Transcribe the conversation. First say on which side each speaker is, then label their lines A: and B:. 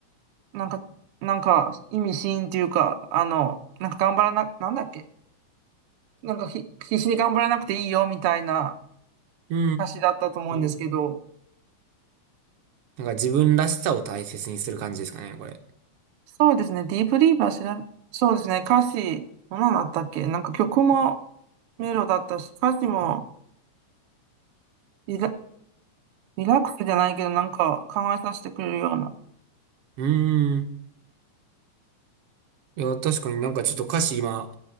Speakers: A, on the right (about 85°); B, on the right (about 65°).
A: なんか、なんか意味深っていうか、あの、なんか頑張らな、なんだっけ。なんかひ必死に頑張らなくていいよみたいな
B: うー
A: 歌詞だったと思うんですけど、
B: ん。なんか自分らしさを大切にする感じですかね、これ。
A: そうですね。ディープリーバー調べ、そうですね。歌詞、ものだったっけなんか曲もメロだったし、歌詞もリラ、リラックスじゃないけど、なんか考えさせてくれるような。
B: うーん。いや、確かになんかちょっと歌詞今、